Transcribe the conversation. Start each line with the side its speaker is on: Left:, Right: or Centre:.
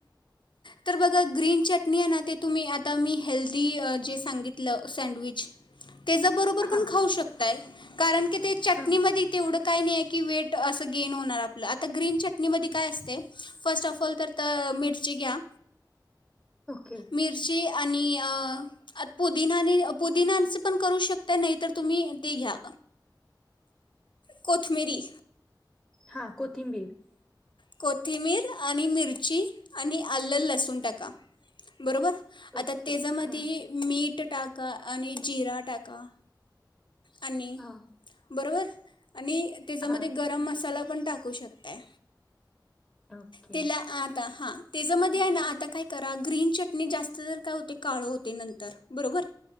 Left: तर ब ग्रीन चटणी हाय ना तुम्ही आता मी हेल्दी जे सांगितलं सडविच. तेझ्या बरोबर
Centre: हां
Left: पण खाऊ शकताय, कारण की ते चटणीमध्ये
Centre: हां
Left: तेवढं काय नई हाय की वेट अस गेन होणार आपल आता ग्रीन चटणीमध्ये काय असतय फर्स्ट ऑफ ऑल तर तर मिरची घ्या.
Centre: ओके
Left: मिर्ची. आणि अ पुदिनाने पुदिनाचे पण करू शकता नाही तर तुम्ही ते घ्या कोथमीरी.
Centre: हा कोथिंबीर.
Left: कोथिंमीर आणि मिरची आणि आलं, लसूण टाका बरोबर. आता
Centre: ओके
Left: त्याच्यामध्ये
Centre: हां
Left: मीठ ते टाका आणि जीरा टाका. आणि
Centre: हां
Left: बरोबर. आणि तेजामध्ये
Centre: हां
Left: गरम मसाला आपण टाकू शकतायं.
Centre: ओके
Left: <inaudible> तिला आता हां त्याच्यामध्ये आहे ना, आता काय करा ग्रीन चटणी जास्त तर काय होते काळं होते नंतर बरोबर.